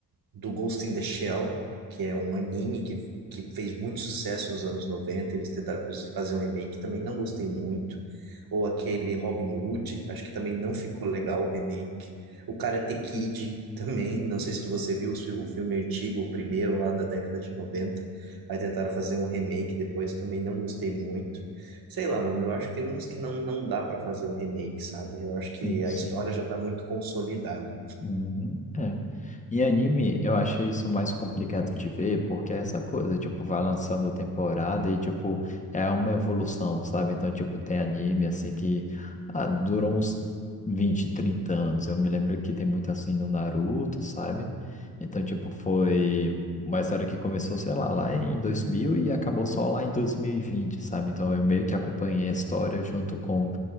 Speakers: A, on the right; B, on the left.
A: do Ghost in the Shell, que é um anime que, que fez muito sucesso nos anos noventa, Eles tentaram faz- fazer um remake, também não gostei muito. Ou aquele Robin Hood, acho que também não ficou legal o remake. O Karate Kid <laughs> também, não sei se tu- você viu o fi- o filme antigo, o primeiro lá da década de noventa, Aí tentaram fazer um remake depois, também não gostei muito. Sei lá, mano, eu acho que tem uns que não, não dá pra fazer o remake, sabe? Eu acho que
B: Sim,
A: a
B: sim.
A: história já tá muito consolidada.
B: Uhum, é. Em anime, eu acho isso mais complicado de ver, porque é essa coisa, tipo, vai lançando temporada e, tipo, é uma evolução, sabe? Então, tipo, tem anime, assim, que ah, durou uns 20 30 anos. Eu me lembro que tem muito, assim, no Naruto, sabe? Então, tipo, foi uma história que começou, sei lá, lá em 2000 e acabou só lá em dois mil e vinte sabe? Então, eu meio que acompanhei a história junto com